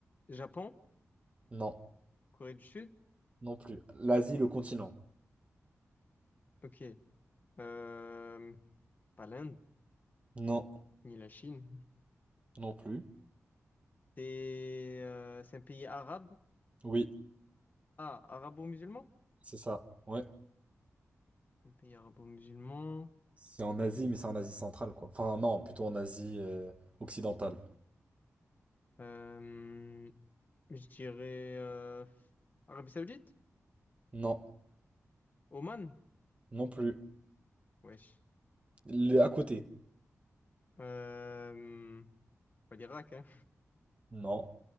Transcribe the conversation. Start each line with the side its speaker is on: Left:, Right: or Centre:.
Left: Japon?
Right: hein. Non.
Left: Corée du Sud?
Right: Non plus. L'Asie, le continent.
Left: Ok. Euh, pas l'Inde,
Right: Non.
Left: ni la Chine.
Right: Non plus.
Left: C'est euh, c'est un pays arabe?
Right: Oui,
Left: Ah, arabo-musulman?
Right: c'est ça. Ouais.
Left: Un pays arabo-musulman.
Right: C'est en Asie, mais c'est en Asie centrale, quoi. Enfin, non, plutôt en Asie, euh, occidentale.
Left: Euh, je dirais euh, Arabie Saoudite?
Right: Non.
Left: Oman?
Right: Non plus.
Left: Wesh.
Right: Le- à côté.
Left: Euh, pas l'Irak, hein.
Right: Non.